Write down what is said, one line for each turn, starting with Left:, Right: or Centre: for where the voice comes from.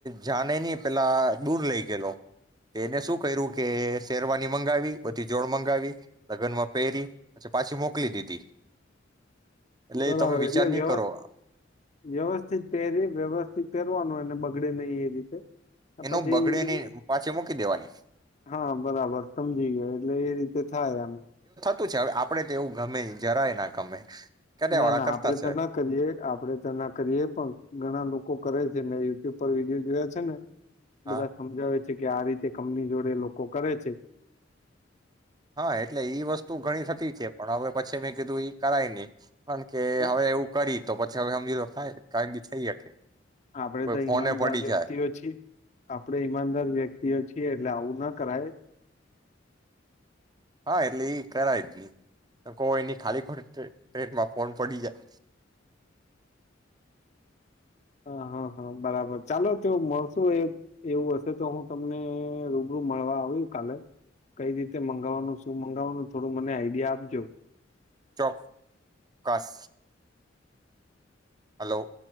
Right: જાણે નહી પેલા દૂર લઈ ગયેલો એને શું કર્યું કે શેરવાની મંગાવી બધી જોડ મંગાવી લગનમાં પેરી પછી પાછી મોકલી દીધી. એટલે
Left: બરાબર,
Right: તમે વિચાર
Left: એટલે
Right: નહી
Left: વ્યવસ
Right: કરો
Left: વ્યવસ્થિત પેરી વ્યવસ્થિત પહેરવાનું એને બગડે નહી એ. રીતે
Right: એનો
Left: પછી,
Right: બગડે ની પાછી મૂકી દેવાની
Left: હા બરાબર સમજી ગયો એટલે એ રીતે થાય આમ
Right: તું છે અવે આપડે તો એવું ગમે ઈ જરાય ના ગમે. કર્યા
Left: ના
Right: વાળા
Left: ના,
Right: કરતા
Left: આપડે
Right: છે
Left: તો ના કરીએ, આપડે તો ના કરીએ પણ, ઘણા લોકો કરે છે ને એ ઉપર વિડીયો જોયા છે ને બધા
Right: હા
Left: સમજાવે છે. કે કે આ રીતે કંપની જોડે લોકો કરે છે
Right: હા એટલે ઈ વસ્તુ ઘણી થતી છે પણ હવે પછી મેં કીધું ઈ કરાય નહીં. કારણ કે
Left: ના
Right: હવે એવું કરી તો પછી હવે હમજી લો કાયમી થઈ શકે
Left: આપડે
Right: કોઈ
Left: તો
Right: ફોને
Left: ઈમાનદાર
Right: પડી
Left: વ્યક્તિઓ
Right: જાય
Left: છીએ. આપડે ઈમાનદાર વ્યક્તિઓ છીએ એટલે આવું ના કરાય.
Right: હા એટલે ઈ કરાય જ નઈ. કો એની ખાલી ટ્રે ટ્રેનમાં ફોન પડી જાય.
Left: હા-હા-હા બરાબર, ચાલો તો મળશું એ એવું હશે તો હું તમને રૂબરૂ મળવા આવું કાલે, કઈ જ મંગાવવાનું શું મંગાવવાનું થોડું મને આઈડિયા આપજો.
Right: ચોક કસ. હલો.